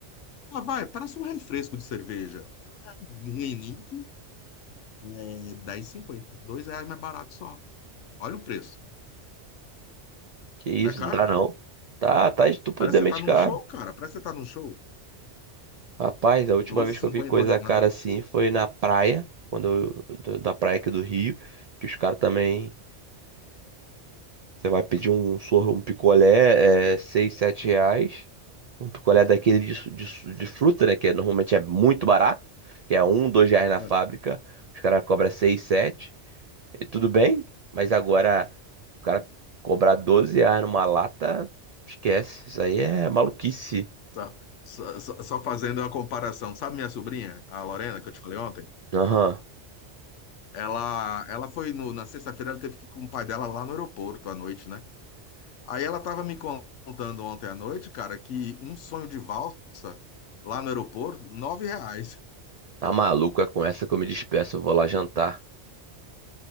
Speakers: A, on the left (about 85°); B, on the right (about 80°).
A: Ah, vai, parece um refresco de cerveja. Ruim, não é Dez e cinquenta, dois reais mais barato só. Olha o preço.
B: Que isso?
A: Não é caro?
B: Não dá não. Tá, tá estupidamente
A: Parece que você tá num
B: caro.
A: show, cara. Parece que você tá num show.
B: Rapaz, a última
A: R$12,50.
B: vez que eu vi coisa cara
A: na- na-
B: assim foi na praia, quando eu, da da praia aqui do Rio, que os caras também. Você vai pedir um sorro, um picolé, é, seis, sete reais. Um picolé daquele de, su- de, su- de fruta, né? Que é, normalmente é muito barato, que é um, dois reais na
A: é,
B: fábrica. Os caras cobram seis, sete. E tudo bem, mas agora o cara cobrar 12 reais numa lata, esquece. Isso aí é maluquice.
A: Só, só, só só fazendo a comparação. Sabe minha sobrinha, a Lorena, que eu te falei ontem?
B: Aham.
A: Ela, ela foi no- na sexta-feira, ela teve que ir com o pai dela lá no aeroporto à noite, né? Aí ela tava me contando ontem à noite, cara, que um sonho de valsa lá no aeroporto, nove reais.
B: Tá maluco, é com essa que eu me despeço. Eu vou lá jantar.